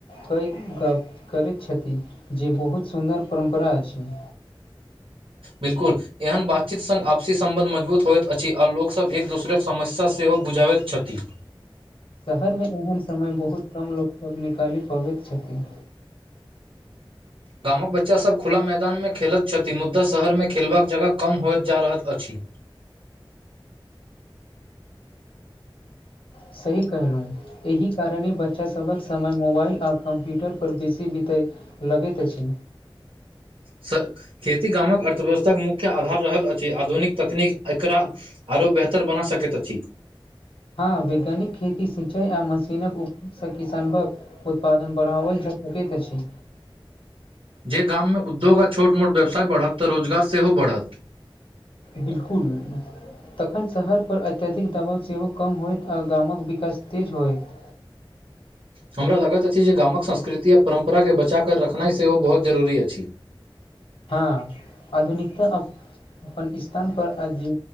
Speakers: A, on the left; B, on the right.
A: कै गप करैत छथि जे बहुत सुन्दर परम्परा अछि
B: बिल्कुल एहन बातचीत सङ्ग आपसी सम्बन्ध मजबूत होइत अछि आ लोकसभब एक दोसरक समस्या सेहो बुझाबैत छथि
A: शहरमे एहन समय बहुत कम लोकसभ निकालि पबैत छथिन
B: गामक बच्चासभ खुला मैदानमे खेलैत छथि मुदा शहरमे खेलबाक जगह कम होइत जा रहल अछि
A: सही कहलहुँ एहि कारणे बच्चासभक समय मोबाईल आ कम्प्यूटरपर बेसी बीतय लगेैत अछि
B: स खेती गामक अर्थव्यवस्थाक मुख्य आधार रहल अछि आधुनिक तकनीक एकरा आरो बेहतर बना सकैत अछि
A: हँ वैज्ञानिक खेती सिंचाई आ मशीनक उपोग किसानभग उत्पादन बढ़ाओल जा सके तऽ अछि
B: जे गाममे उद्योग आ छोट मोट व्यवसाय बढ़त तऽ रोजगार सेहो बढ़त
A: बिल्कुल तखन शहरपर अत्यधिक दबाव सेहो कम होयत आ गामक विकास तेज होयत
B: हमरा लगैत अछि जे गामक संस्कृति आ परम्पराके बचाकऽ रखनाई सेहो बहुत जरूरी अछि
A: हँ आधुनिकता अपन स्थान पर अजी